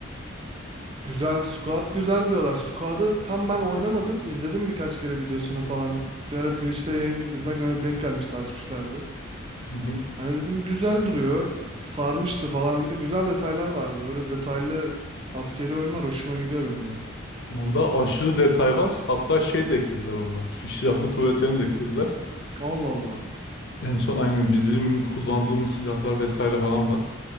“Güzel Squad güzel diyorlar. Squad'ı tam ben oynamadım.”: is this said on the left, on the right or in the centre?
Right